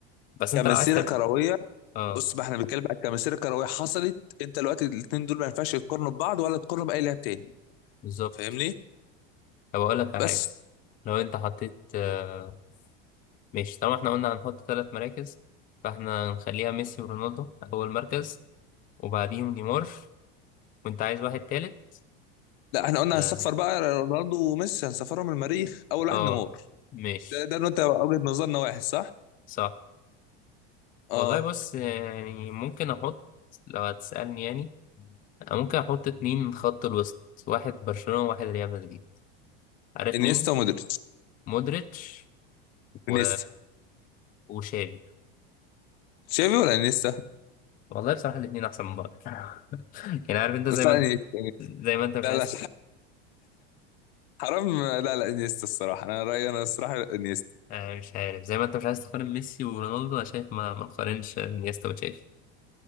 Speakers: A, on the left (about 30°); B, on the left (about 75°).
A: بس
B: كمسيره
A: أنت لو عايز ترجع
B: كرويه
A: اه
B: بص بقى احنا بنتكلم عن كمسيره كرويه حصلت انت دلوقتي الاثنين دول ما ينفعش يقارنوا ببعض ولا تقارنوا باي لاعب تاني
A: بالظبط
B: فاهمني
A: طب أقول لك على
B: بس
A: حاجة لو أنت حطيت آه، ماشي طبعا احنا قلنا هنحط ثلاث مراكز فاحنا هنخليها ميسي ورونالدو أول مركز وبعديهم نيمار وأنت عايز واحد تالت
B: لا احنا قلنا
A: اه
B: هنسفر بقى رونالدو وميسي هنسفرهم المريخ اول
A: آه،
B: واحد نيمار
A: ماشي
B: ده ده انت وجهه نظرنا واحد صح
A: صح
B: اه
A: والله بص يعني ممكن أحط لو هتسألني يعني أنا ممكن أحط اتنين من خط الوسط واحد برشلونة وواحد ريال مدريد عارف
B: انيستا
A: مين؟
B: ومودريتش
A: مودريتش و
B: انيستا
A: وشافي
B: تشافي ولا انيستا
A: والله بصراحة الاتنين أحسن من بعض <laughs> يعني عارف أنت
B: بس
A: زي ما
B: لا
A: أنت
B: انيستا
A: زي ما أنت مش
B: لا
A: عايز
B: لا حرام لا لا انيستا الصراحه انا رايي انا الصراحه انيستا
A: آه، مش عارف زي ما انت مش عايز تقارن ميسي ورونالدو انا شايف ما ما تقارنش انيستا وتشافي